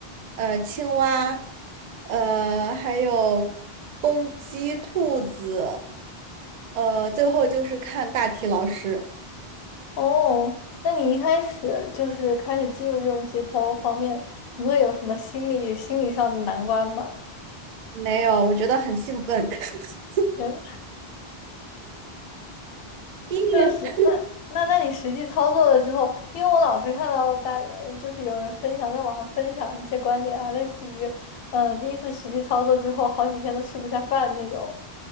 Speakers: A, on the right; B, on the left.
A: 呃，青蛙，呃，还有公鸡、兔子，呃，最后就是看大体老师。
B: 哦，那你一开始就是开始进入这种解剖方面，你会有什么心理心理上的难关吗？
A: 没有，我觉得很兴奋。<laughs>
B: 天呐
A: 因为
B: 就是那那那你实际操作了之后，因为我老是看到大呃就是有人分享在网上分享一些观点啊，类似于嗯、呃第一次实际操作之后好几天都吃不下饭那种。